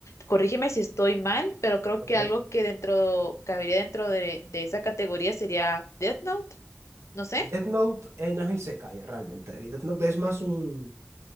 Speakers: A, on the left; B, on the right.
A: corrígeme si estoy mal, pero creo
B: Ok.
A: que algo que dentro, cabería dentro de, de esa categoría sería Death Note, no sé.
B: Death Note eh, no es isekai realmente. Death Note es más un...